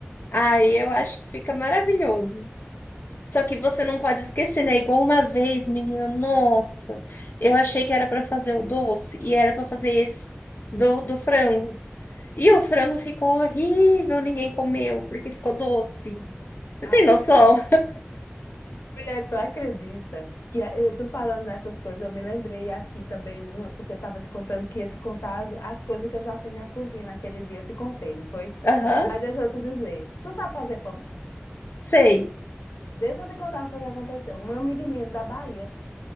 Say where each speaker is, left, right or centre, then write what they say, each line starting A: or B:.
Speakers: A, on the left; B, on the left.
A: Aí eu acho que fica maravilhoso. Só que você não pode esquecer, né? Igual uma vez, menina, nossa, eu achei que era para fazer o doce e era para fazer esse do, do frango. E o frango ficou horrível, ninguém comeu porque ficou doce. Você
B: Ah,
A: tem noção?
B: mulher, tu acredita que a- eu tô falando nessas coisas? Eu me lembrei aqui também numa, porque eu tava te contando que ia te contar as, as coisas que eu já fiz na cozinha naquele dia. Eu te contei, não foi?
A: <laughs> Aham,
B: Mas deixa eu te dizer, tu sabe fazer pão?
A: sei.
B: Deixa eu te contar o que foi que aconteceu. Uma amiga minha da Bahia.